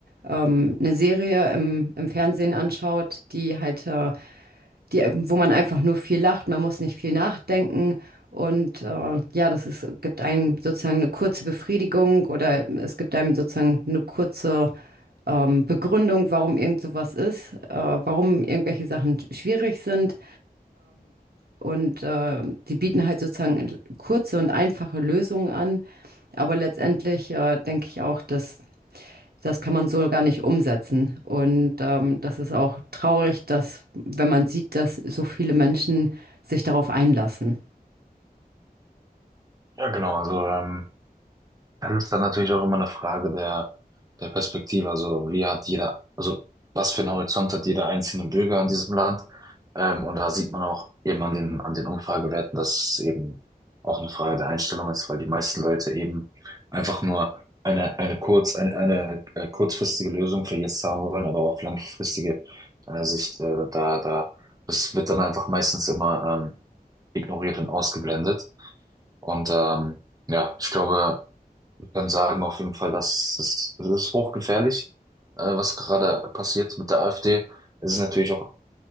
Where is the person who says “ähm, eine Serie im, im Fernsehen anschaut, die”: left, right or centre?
Right